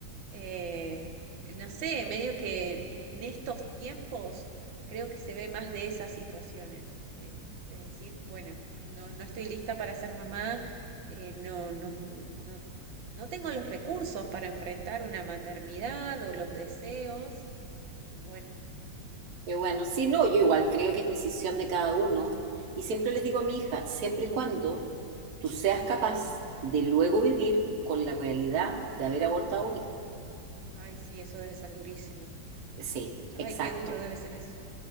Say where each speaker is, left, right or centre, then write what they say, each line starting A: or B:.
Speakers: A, on the right (about 85°); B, on the right (about 55°).
A: Eh, no sé, medio que en estos tiempos creo que se ve más de esas situaciones, de, de decir, bueno, no, no estoy lista para ser mamá, eh, no, no, no, no tengo los recursos para enfrentar una maternidad o los deseos, y bueno,
B: Qué bueno, sí, no, yo igual creo que es decisión de cada uno. Y siempre les digo a mi hija, siempre y cuando tú seas capaz de luego vivir con la realidad de haber abortado un hijo.
A: ay, sí, eso debe ser durísimo.
B: Sí,
A: Ay,
B: exacto.
A: qué duro debe ser eso,